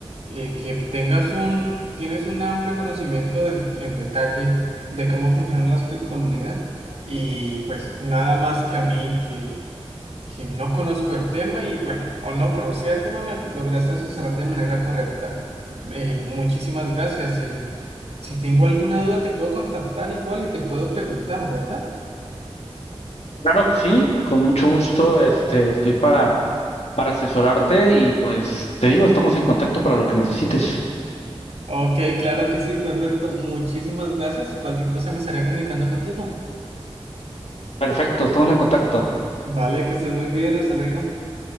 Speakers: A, on the right; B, on the left.
A: eh, que tengas un, tienes un amplio conocimiento del- en detalle de cómo funcionan las criptomonedas y pues nada más que a mí que que no conozco el tema y bueno, o no conocía el tema, me lograste asesorar de manera correcta. Eh, muchísimas gracias. eh. Si tengo alguna duda, te puedo contactar igual y te puedo preguntar, ¿verdad?
B: Claro que sí, con mucho gusto, este, estoy para, para asesorarte y pues te digo, estamos en contacto para lo que necesites.
A: Ok, claro que sí, perfecto. Muchísimas gracias y cualquier cosa me estaré comunicando contigo.
B: Perfecto, estamos en contacto.
A: Vale, que estés muy bien, hasta luego.